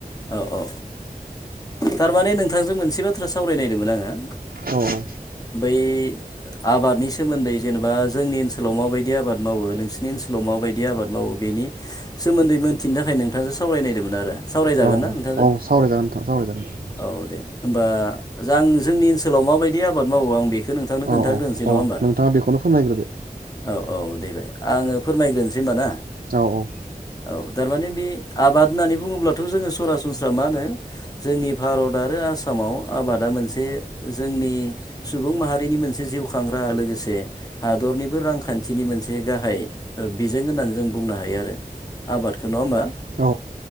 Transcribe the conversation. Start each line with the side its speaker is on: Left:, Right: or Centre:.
Left: औ औ थारमाने नोंथांजों मोनसे बाथ्रा सावरायनायदोंमोन आङो
Right: औ औ
Left: बै आबादनि सोमोन्दै जेनेबा जोंनि ओनसोलाव माबायदि आबाद मावो नोंसीरनिओनसोलाव माबायदि बिदि आबाद मावो बेनि सोमोन्दै मोनथिनो थाखाय नोंथाङासो सावरायनायदोंमोन आरो सावरायजागोन
Right: औ
Left: ना? नोंथांजों
Right: औ सावरायजागोन नोंथां सावरायजागोन
Left: औ दे होमबा जां जोंनि ओनसोलाव माबायदि आबाद मावो आं बेखौ बेखो नोंथांनो खोन्थाग्रोनोसै
Right: औ औ
Left: नङा
Right: औ
Left: होमबा
Right: नोंथाङा बेखौनो फोरमायग्रोदो
Left: औ औ देबाय आङो फोरमायग्रोनोसै होनबा ना
Right: औ औ
Left: औ थारमाने बे आबाद होननानै बुङोब्लाथ' जोङो सरासनस्रा मा होनो जोंनि भारत आरो आसामाव आबादा मोनसे जोंनि सुबुं माहारिनि मोनसे जिउ खांग्रा लोगोसे हादरनिबो रांखान्थिनि मोनसे गाहाय बिजों होननानै जों बुंनो हायो आरो आबादखौ नङा होमबा
Right: औ